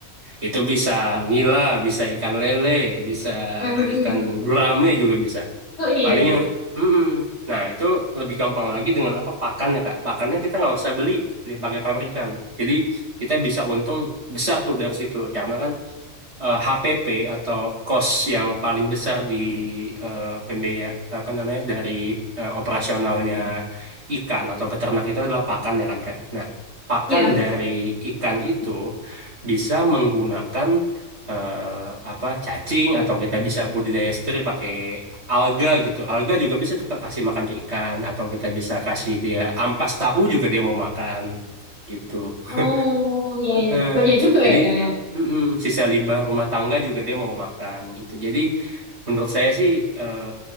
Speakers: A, on the right (about 55°); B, on the left (about 55°).
A: Itu bisa nila, bisa ikan lele, bisa
B: Mhm.
A: ikan gurame juga bisa.
B: Oh iya
A: Paling
B: ya.
A: yang, Mm-mm. Nah itu lebih gampang lagi dengan apa pakannya kak. Pakannya kita nggak usah beli, beli pakai pabrikan. Jadi kita bisa untung besar tuh dari situ, karena kan eh, HPP atau cost yang paling besar di eh, pembiaya apa namanya dari eh, operasionalnya ikan atau peternak itu adalah pakan ya kan Kak. Nah, pakan
B: iya betul.
A: dari ikan itu bisa menggunakan eh, apa cacing atau kita bisa budidaya sendiri pakai alga gitu. Alga juga bisa tuh Kak kasih makan ke ikan atau kita bisa kasih dia ampas tahu juga dia mau makan gitu. <laughs>
B: Oh iya ya
A: Eh,
B: banyak juga
A: jadi
B: ya kak ya.
A: mm-mm, sisa limbah rumah tangga juga dia mau makan gitu. Jadi menurut saya sih eh,